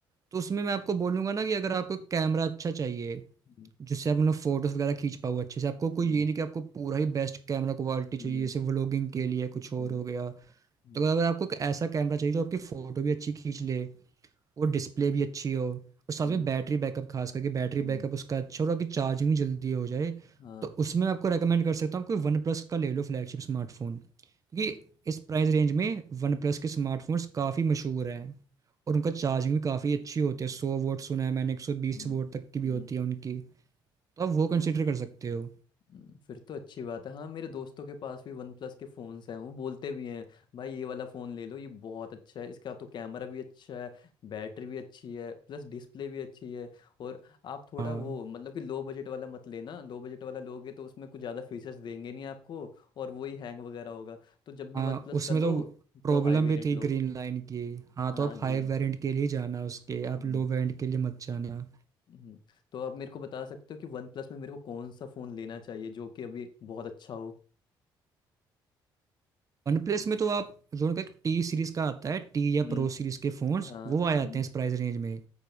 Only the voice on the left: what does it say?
हम्म,
हम्म,
हम्म,
हम्म,
हम्म,
हम्म,
हम्म,
हम्म,
हाँ,
हम्म,
हम्म,
हम्म,
हम्म,
हम्म, फिर तो अच्छी बात है हाँ मेरे दोस्तों के पास भी वन प्लस के फ़ोन्स हैं वो बोलते भी हैं भाई ये वाला फ़ोन ले लो ये बहुत अच्छा है इसका तो कैमरा भी अच्छा है बैटरी भी अच्छी है प्लस डिस्प्ले भी अच्छी है और आप थोड़ा
वो मतलब कि लो बजट वाला मत लेना लो बजट वाला लोगे तो उसमें कुछ ज़्यादा फीचर्स देंगे नहीं आपको और वही हैंग वगैरह होगा तो जब भी
वन प्लस
का लो
तो हाई
वेरिएंट
लो
हाँ
ग्रीन
हम्म
हम्म। तो आप मेरे को बता सकते हो कि वन प्लस में मेरे को कौन सा फ़ोन लेना चाहिए जो कि अभी बहुत अच्छा हो
हम्म
हाँ
हम्म